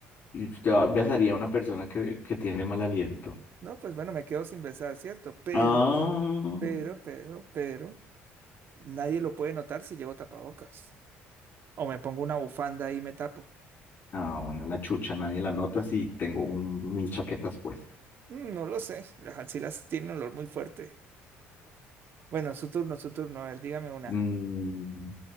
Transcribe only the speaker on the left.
usted besaría a una persona que, que tiene mal aliento.
Ah,
ah, bueno, la chucha, nadie la nota si tengo un, mil chaquetas puestas.
Mm,